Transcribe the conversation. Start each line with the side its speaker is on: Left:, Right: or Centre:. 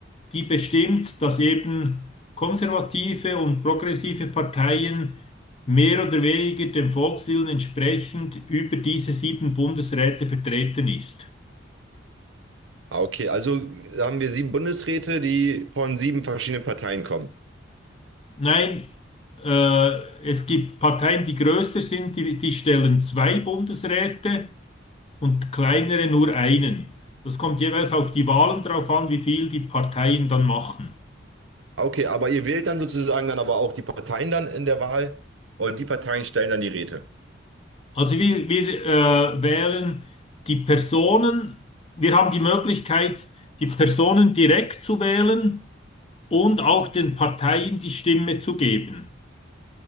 Left: die bestimmt, dass eben konservative und progressive Parteien mehr oder weniger dem Volkswillen entsprechend über diese sieben Bundesräte vertreten ist.
Right: Ah, Okay, also haben wir sieben Bundesräte, die von sieben verschiedenen Parteien kommen.
Left: Nein, äh, es gibt Parteien, die größer sind, die, die stellen zwei Bundesräte und kleinere nur einen. Das kommt jeweils auf die Wahlen drauf an, wie viel die Parteien dann machen.
Right: Ah, Okay, aber ihr wählt dann sozusagen dann aber auch die Parteien dann in der Wahl und die Parteien stellen dann die Räte.
Left: Also wir, wir äh, wählen die Personen, wir haben die Möglichkeit, die Personen direkt zu wählen und auch den Parteien die Stimme zu geben.